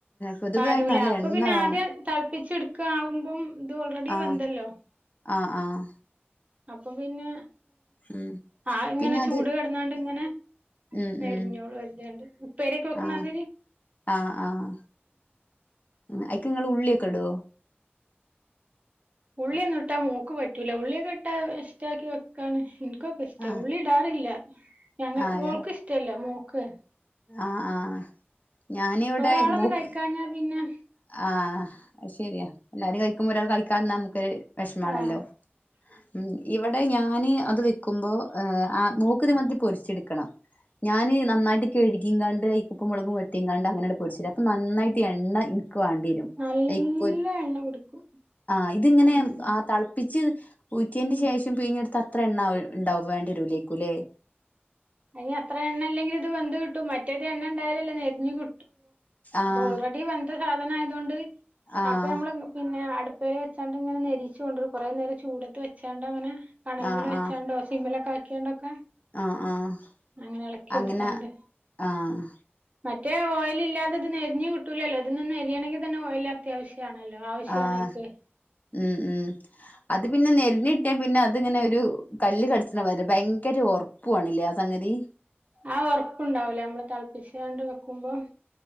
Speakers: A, on the left; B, on the right.
A: പൊതുവെ
B: പാരൂല
A: അതിന് നല്ല
B: അപ്പൊ
A: എണ്ണ
B: പിന്നെ
A: വേണം
B: ആദ്യം തളപ്പിച്ചെടുക്കാവുമ്പം ത് ഓൾറെഡി
A: ആഹ്
B: വന്തല്ലോ
A: ആഹ് ആഹ്
B: അപ്പം പിന്നെ
A: ഉം
B: ആ ഇങ്ങനെ
A: പിന്നെ
B: ചൂട്
A: അത്
B: കിടന്നോണ്ട് ഇങ്ങനെ.
A: ഉം
B: നെരിഞ്ഞോള്
A: ഉം
B: വറുത്തെയൊണ്ട് ഉപ്പേരി യൊക്കെ വെക്കുന്ന
A: ആഹ്
B: മതിരി.
A: ആഹ് ആഹ് അയിക്ക് നിങ്ങള് ഉള്ളിയൊക്കെ ഇടുവോ?
B: ഉള്ളിയൊന്നും ഇട്ടാ മോക്ക് പറ്റൂല. ഉള്ളിയൊക്കെ ഇട്ടാ ഇഷ്ടാക്കി വെക്കാണ്. എനിക്കൊക്കെ ഇഷ്ടാ
A: ആഹ്
B: ഉള്ളി ഇടാറില്ല. ഞങ്ങ
A: ആഹ്
B: ഓൾക്ക് ഇഷ്ടല്ലേ മോക്ക്?
A: ആഹ് ആഹ് ഞാനിവിടെ
B: ഒരാളൊന്ന്
A: മോക്ക്
B: കഴിക്കാഞ്ഞാ പിന്നെ?
A: ആഹ് അത്ശരിയാ എല്ലാരും കഴിക്കുമ്പോ ഒരാൾ കഴിക്കാതിരുന്നാ നമുക്കരു വിഷമാണല്ലോ
B: ആഹ്
A: ഉം ഇവിടെ ഞാൻ ഞാന് അത് വെക്കുമ്പോ ആ മോക്ക് തു മന്തി പൊരിച്ചെടുക്കണം. ഞാന് നന്നായിട്ട് കഴുകിയും കൊണ്ട് ഈ ഉപ്പും മുളകും പെരട്ടിയും കൊണ്ട് അങ്ങനെയ പൊരിച്ചെ അപ്പൊ നന്നായിട്ട് എണ്ണ വേണ്ടി
B: നല്ല
A: വരും
B: എണ്ണ കുടിക്കും
A: ആ ഇതിങ്ങനെ
B: ഉം
A: ആ തിളപ്പിച്ച് ഊറ്റിയേൻ്റെ ശേഷം പിഴിഞ്ഞെടുത്ത അത്ര എണ്ണ ഉണ്ടാവോ വേണ്ടിരുലേക്കുംല്ലേ
B: അയിന് എത്രയെണ്ണ ഇല്ലെങ്കിലുമിത് വെന്ത് കിട്ടും. മറ്റേത് എണ്ണണ്ടായാലല്ലെ നെരിഞ്ഞു കി
A: ആഹ്
B: ഇത് ഓൾറെഡി വെന്ത സാധനം ആയത് കൊണ്ട്
A: ആഹ്
B: അപ്പൊ നമ്മള് പിന്നെ അടു പെരെ വെച്ചാണ്ട് ഇങ്ങനെ നരിച്ച കൊണ്ടി കുറേ നേരം ചൂടത്ത് വെച്ചാണ്ട് അങ്ങനെ കണൽമല
A: ആഹ്
B: വെച്ചാണ്ടോ
A: ആഹ്
B: സിമ്മി ലൊക്കെ ആക്കിയാണ്ടൊക്കെ
A: ആഹ് ആഹ്.
B: അങ്ങനെ ഇളക്കിയെടുത്താണ്ട്.
A: അങ്ങനെ ആഹ്
B: അ അത് നെരിഞ്ഞഞ് കിട്ടൂലല്ലോ ഇതൊന്ന് എരിഞ്ഞു കിട്ടൂല്ലല്ലോ ഇതൊന്ന്എരിയണെങ്കിൽ തന്നെ ഓര് അത്യാവശ്യണല്ലോ ആവശ്യണെനിക്ക്.
A: ആഹ് ഉം ഉം അത് പിന്നെ നെരിഞ്ഞി പിന്നെ അതിങ്ങനെ ഒരു കല്ല് കടിച്ച വരെ ഭയങ്കര ഉറപ്പുവാണല്ലേ ആ സംഗതി.
B: ആ ഉറപ്പുണ്ടാവൂല്ലെ നമ്മള് തിളപ്പികച്ചാണ്ട് വെക്കുമ്പോം.